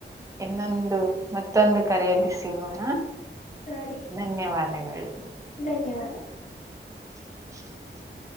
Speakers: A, on the right; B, on the left.
A: ಇನ್ನೊಂದು ಮತ್ತೊಂದು ಕರೆಯಲ್ಲಿ ಸಿಗೋಣ
B: ಹಾ ರೀ
A: ಧನ್ಯವಾದಗಳು
B: ಧನ್ಯವಾದ
A: <inaudible>